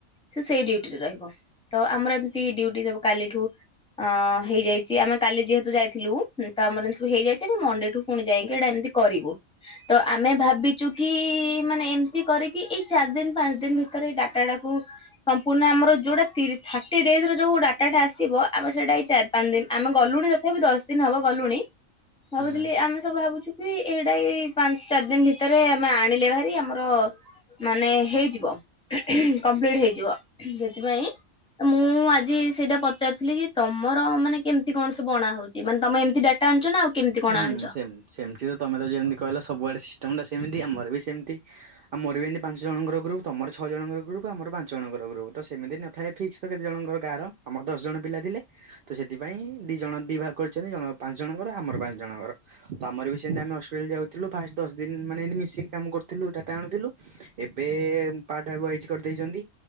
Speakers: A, in the centre; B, on the right.
A: ସେ ସେଇ ଡ୍ୟୁଟିରେ ରହିବ ତ ଆମର ଏମିତି ଡ୍ୟୁଟି ସବୁ କାଲିଠୁ ଅଂ ହେଇଯାଇଛି ଆମେ କାଲି ଯେହେତୁ ଯାଇଥିଲୁ ତ ଆମର ସବୁ ହେଇଯାଇଛି ଆମେ ମଣ୍ଡେଠୁ ପୁଣି ଯାଇକି ଏଇଟା ଏମତି କରିବୁ ତ ଆମେ ଭାବିଛୁ କି ମାନେ ଏମିତି କରେ କିି ଏଇ ଚାରି ଦିନ ପାଞ୍ଚ ଦିନ ଭିତ ତରେ ଏଇ ଡାଟା ଟାକୁ ସମ୍ପୂର୍ଣ୍ଣ ଆମର ଯୋଉ ତିରି ଥାର୍ଟି ଡେଜର ଯୋଉ ଡାଟାଟା ଆସିବ ଆମେ ସେଇଟା ଚାର ପାଞ୍ଚ ଦିନ ଆମେ ଗଲୁଣି ତଥାପି ଦଶ ଦିନ ହବ ଗଲୁଣି ଭାବୁଥିଲି
B: ହୁଁ।
A: ଆମେ ସବୁ ଭାବୁଛୁ? ଏଇଟା ଏ ପାଞ୍ଚ ଚାରି ଦିନ ଭିତରେ ଆମେ ଆଣିଲେ ଭାରି ଆମର ମାନେ ହେଇଯିବ କମ୍ପ୍ଲିଟ ହେଇଯିବ ସେଥିପାଇଁ ମୁଁ ଆଜି ସେଇଟା ପଚାରୁଥିଲି କି ତମର ମାନେ କେମିତି କଣ ସବୁ ଅଣା ହ ସିଏ ମାନେ ମ ଏମିତି ଡାଟା ଆନୁଚ ନା ଆଉ କେମତି କଣ
B: ହୁଁ
A: ଆଣୁଛ?
B: ସେମ୍ ସେମିତି ତମେ ତ ଯେମିତି କହିଲ ସବୁଆଡେ ସିଷ୍ଟମ ଟା ସେମିତି ଆମର ବି ସେମିତି। ଆମର ବି ଏମତି ପାଞ୍ଚ ଜଣଙ୍କ ଗ୍ରୁପ ତମର ଛଅ ଜଣଙ୍କ ଗ୍ରୁପ ଆମର ପାଞ୍ଚ ଜଣଙ୍କର ଗ୍ରୁପ ତ ସେମିତି ନିୟ ଥାଏ ଫିକ୍ସ ତ କେତେ ଜଣଙ୍କର ଗାଁର ଆମର ଦଶ ଜଣ ପିଲା ଥିଲେ ତ ସେଥିପାଇଁ ଦି ଜଣ ଦି ଭାଗ କରିଛନ୍ତି ଜଣକ ପାଞ୍ଚ ଜଣଙ୍କର ଆମର ପାଞ୍ଚ ଜଣଙ୍କର। ତ ଆମର ବି ସେମିତି ଆମେ ହସ୍ପିଟାଲ ଯାଉଥିଲୁ ଫାଷ୍ଟ ଦଶ ଦିନ ମାନେ ଏମିତି ମିଶିକି କାମ କରୁଥିଲୁ ଡାଟା ଆଣୁଥିଲୁ। ଏବେ ପାଟ ଏ ବଇଜ କରିଦେଇଛନ୍ତି।